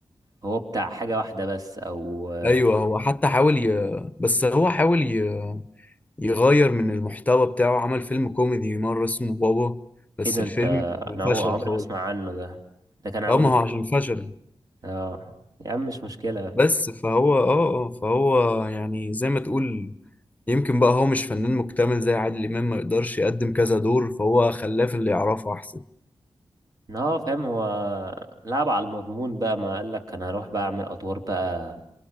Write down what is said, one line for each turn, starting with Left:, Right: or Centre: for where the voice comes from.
Right: هو بتاع حاجة واحدة بس او آه،
Left: ايوه هو حتى حاول ي... بس هو حاول ي... يغير من المحتوى بتاعه عمل فيلم كوميدي مرة اسمه بابا بس
Right: ايه ده
Left: الفيلم
Right: انت انا
Left: فشل
Right: عمري
Left: خالص
Right: ما اسمع عنه ده ده كان عم
Left: اه ما هو عشان فشل
Right: اه يا عم مش مشكلة
Left: بس فهو اه اه فهو يعني زي ما تقول يمكن بقى هو مش فنان مكتمل زي عادل إمام ما يقدرش يقدم كذا دور فهو خلاه في اللي يعرفه أحسن
Right: إن هو فاهم هو لعب على المضمون بقى ما قالك انا هروح بقى اعمل ادوار بقى